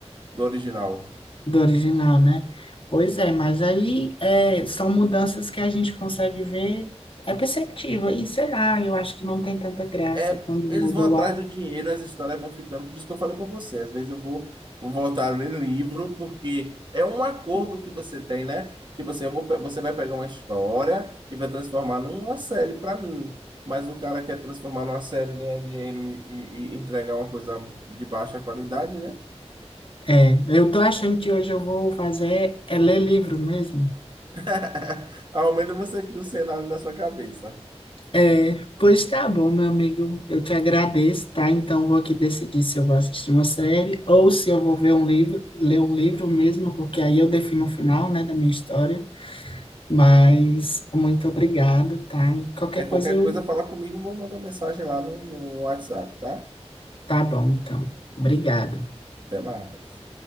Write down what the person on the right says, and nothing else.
do original.
É,
eles
vão atrás
do dinheiro, as histórias vão ficando. Por isso que eu falei para você, às vezes eu vou, vou voltar a ler livro, porque é um acordo que você tem, né? Tipo assim, eu vou, pe- você vai pegar uma história e vai transformar numa série para mim. Mas o cara quer transformar numa série, ganhar dinheiro e, e- e entregar uma coisa de baixa qualidade, né?
<laughs> Ao menos você cria o cenário na sua cabeça.
É qualquer
coisa, fala comigo, vou mandar uma mensagem lá no no WhatsApp, tá?
Até mais.